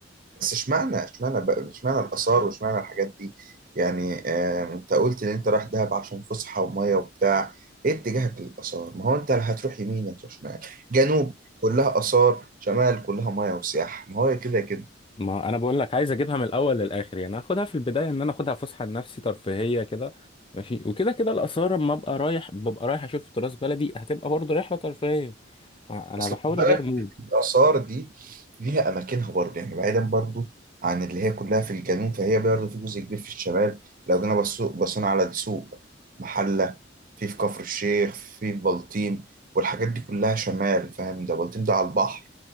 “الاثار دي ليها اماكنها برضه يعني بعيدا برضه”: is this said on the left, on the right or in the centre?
Right